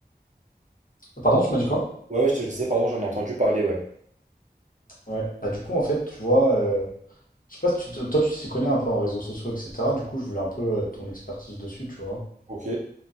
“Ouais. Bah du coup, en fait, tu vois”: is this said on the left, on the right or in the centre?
Left